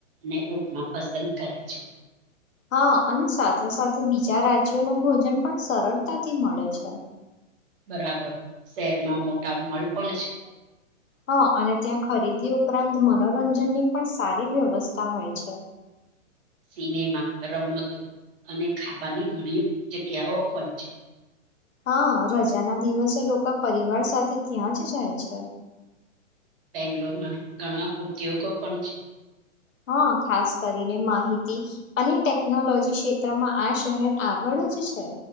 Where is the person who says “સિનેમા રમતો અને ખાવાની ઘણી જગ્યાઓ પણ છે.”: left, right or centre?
Right